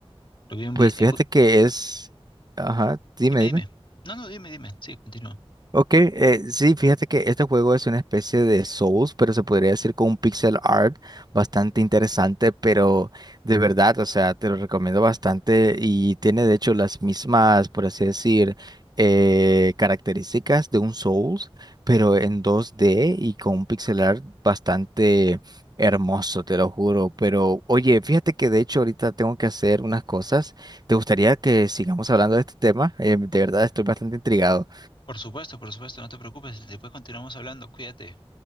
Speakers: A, on the left; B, on the right.
A: Lo vi en
B: Pues
A: video.
B: fíjate que es, ajá, dime,
A: Dime,
B: dime.
A: dime. No, no, dime, dime. Sí, continúa.
B: Ok, eh, sí, fíjate que este juego es una especie de Souls, pero se podría decir con un pixel art bastante interesante, pero de verdad, o sea, te lo recomiendo bastante y tiene de hecho las mismas, por así decir, eh, características de un Souls, pero en 2D y con un pixel art bastante hermoso, te lo juro. Pero oye, fíjate que de hecho ahorita tengo que hacer unas cosas. ¿Te gustaría que sigamos hablando de este tema? Eh, de
A: Por,
B: verdad, estoy bastante intrigado.
A: por supuesto, por supuesto, no te preocupes. Después continuamos hablando. Cuídate.